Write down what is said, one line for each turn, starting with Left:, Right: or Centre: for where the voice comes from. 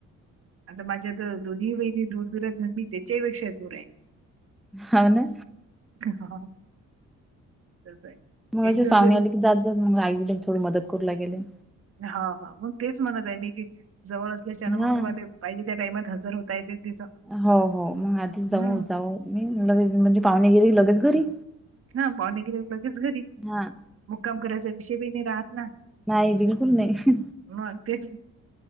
Right: आता माझ्या तर दोन्ही बहिणी दूर दूर मी त्याच्याहीपेक्षा दूर आहे
Centre: हो ना..
Right: हा.. तसं आहे.
Centre: मग
Right: एक
Centre: असे
Right: जण
Centre: पाहणे
Right: जरी
Centre: आले की जाता मग आईल थोडी मदत करू लागेले..
Right: हा हा मग तेच म्हणत आहे मी की जवळ असल्या शिवाय
Centre: हां.
Right: मग तुम्हाला पाहिजे त्या टाइमात हजर होता येते तिथं
Centre: हो हो मग आधीच
Right: हं.
Centre: जाऊ जाऊ मी लगेच म्हणजे पाहुणे गेले लगेच घरी
Right: हा पाहुणे गेरी लगेच घरी
Centre: हां.
Right: मुक्काम करायचा विषय बी नाही राहात ना..
Centre: नाही बिलकुल नाही..
Right: म तेच